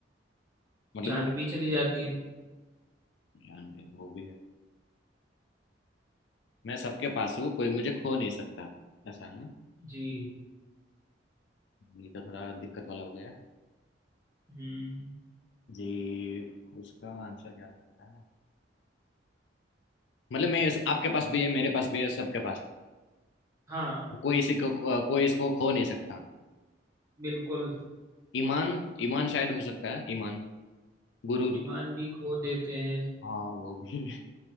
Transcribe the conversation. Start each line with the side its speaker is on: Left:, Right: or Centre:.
Left: मतलब
Right: जान
Left: मेरे
Right: भी चली जाती है
Left: जान भी है, वो भी है मैं सबके पास हूँ कोई मुझे खो नहीं सकता ऐसा है ना
Right: जी
Left: ये तो थोड़ा दिक्कत वाला हो गया
Right: हम्म
Left: जी उसका आंसर क्या हो सकता है मतलब मैं इस- आपके पास भी है मेरे पास भी है सबके पास
Right: हाँ
Left: है। कोई इसी को कोई इसको खो नहीं सकता
Right: बिल्कुल
Left: ईमान ईमान शायद हो सकता है ईमान गुरूर
Right: ईमान भी खो देते हैं
Left: हाँ वो भी है।